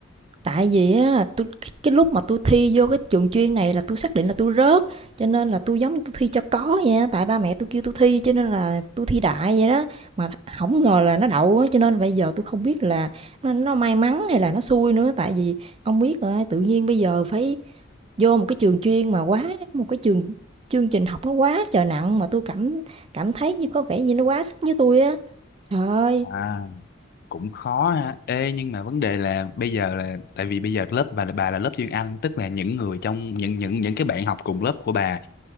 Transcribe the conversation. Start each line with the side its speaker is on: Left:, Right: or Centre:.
Right: Tại vì á, tôi cái lúc mà tôi thi vô cái trường chuyên này là tôi xác định là tôi rớt, cho nên là tôi giống như tôi thi cho có vậy á, tại ba mẹ tôi kêu tôi thi cho nên là tôi thi đại vậy đó, mà không ngờ là nó đậu á, cho nên bây giờ tôi không biết là nó, nó may mắn hay là nó xui nữa, tại vì ông biết rồi, tự nhiên bây giờ phải vô một cái trường chuyên mà quá một cái trường chương trình học nó quá trời nặng mà tôi cảm cảm thấy như có vẻ như nó quá sức với tôi á. Trời ơi.
Left: À, cũng khó ha. Ê, nhưng mà vấn đề là bây giờ là tại vì bây giờ lớp bà là bà là lớp chuyên Anh tức là những người trong những những những cái bạn học cùng lớp của bà